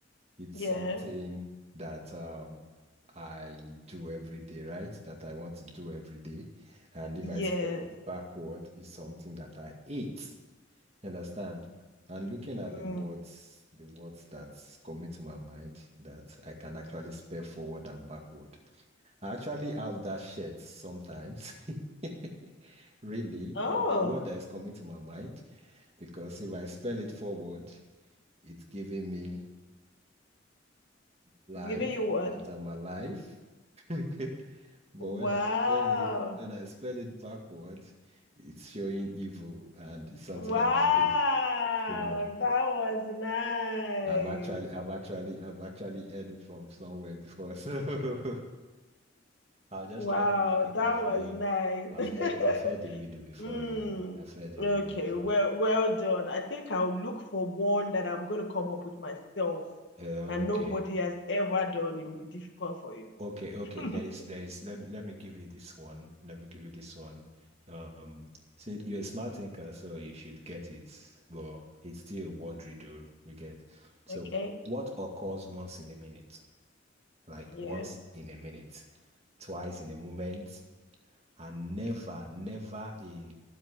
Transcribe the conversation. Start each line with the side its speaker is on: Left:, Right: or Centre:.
Right: it's
Left: Yeah.
Right: something that um I do every day, right? That I want to do every day. And if
Left: Yes.
Right: I spell it backward, it's something that I ate. You understand? And looking at
Left: Mm.
Right: the words, the words that come to my mind that I can actually spell forward and backward. I actually have that shirt sometimes. <laughs> really,
Left: Oh,
Right: of the word that is coming to my mind, because if I spell it forward, it's giving me life,
Left: it's giving you what?
Right: that I'm alive. <laughs> But
Left: Wow.
Right: when I spell it, when I spell it backwards, it's showing evil and it's something
Left: Wow.
Right: that I hate. So
Left: That was nice.
Right: I've actually, I've actually, I've actually heard it from somewhere before. <laughs> So I'll just
Left: Wow,
Right: try to make it
Left: that
Right: out for
Left: was
Right: you.
Left: nice.
Right: I've
Left: <laughs>
Right: heard, I've heard the riddle before,
Left: Mm.
Right: really. I've heard the
Left: Okay,
Right: riddle before.
Left: well, well done. I think I'll look for one that I'm going to come up with myself
Right: Uh,
Left: and nobody
Right: okay.
Left: has ever done. It will be difficult for you.
Right: Okay, okay.
Left: <laughs>
Right: There is, there is. Let, let me give you this one. Let me give you this one. Um, since you're a smart thinker, so you should get it, but it's still a word riddle you get. So,
Left: Okay,
Right: what occurs once in a minute? Like
Left: yeah.
Right: once in a minute, twice in a moment, and never, never in